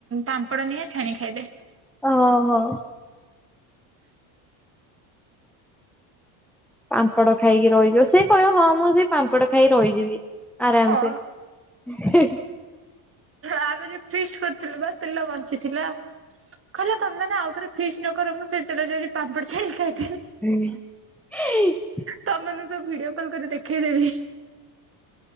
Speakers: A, on the right; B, in the centre.
A: ପାମ୍ପଡ଼ ନେଇଆ ଛାଣିକି ଖାଇଦେ।
B: ଓ ହୋ। ପାମ୍ପଡ ଖାଇକି ରହିଯିବ ସେ କହିବ ହଁ ମୁଁ ସେ ପାମ୍ପଡ ଖାଇକି ରହିଯିବି ଆରାମସେ।
A: ହଁ
B: ହେ।
A: ଆମେ ଯୋଉ ଫିଷ୍ଟ କରିଥିଲୁ ବା ତେଲ ବଞ୍ଚିଥିଲା କହିଲା ତମେ ମାନେ ଆଉଥରେ ଫିଷ୍ଟି ନକର ସେତେଲ ଯାଉଚି ପାମ୍ପଡ ଛାଣିକି ଖାଇ
B: ହୁଁ।
A: ତମ ମାନଙ୍କୁ ସବୁ ଭିଡିଓ କଲ୍ କରି ଦେଖେଇଦେବି।